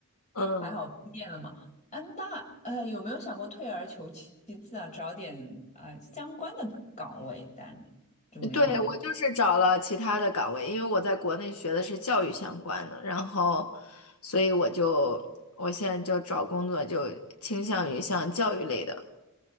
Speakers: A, on the left; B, on the left.
A: 嗯。
B: 还好毕业了嘛。啊，那呃，有没有想过退而求其次啊，找点啊、呃相关的岗位，但就没有。
A: 对，我就是找了其他的岗位，因为我在国内学的是教育相关的，然后，所以我就我现在就找工作就倾向于像教育类的，